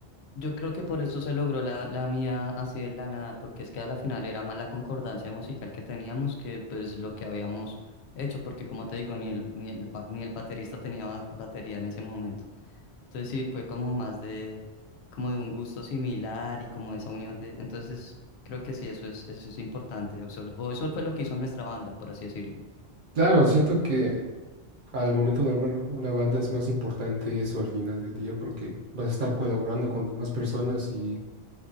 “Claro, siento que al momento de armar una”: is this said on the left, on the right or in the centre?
Right